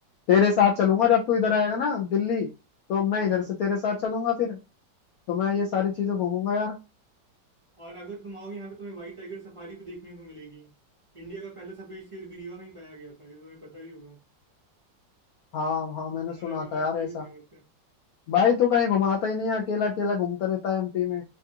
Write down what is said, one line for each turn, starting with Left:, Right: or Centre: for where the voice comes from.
Left: तेरे साथ
Right: वाह,
Left: चलूंगा जब तू इधर आएगा ना दिल्ली तो मैं
Right: बिल्कुल
Left: इधर से तेरे साथ चलूंगा फिर तो मैं ये सारी चीजें घूमूंगा यार
Right: और अगर तुम आओगे यहाँ पे तुम्हें व्हाइट टाइगर सफारी भी देखने को मिलेगी इंडिया का पहला सफेद शेर भी रीवा में ही पाया गया था ये तो तुम्हें पता ही होगा
Left: हाँ हाँ मैंने
Right: हमारा
Left: सुना
Right: रीवा
Left: था यार
Right: इसलिए
Left: ऐसा
Right: भी फेमस है
Left: भाई तू कहीं घुमाता ही नहीं है, अकेला अकेला घूमता रहता है एमपी में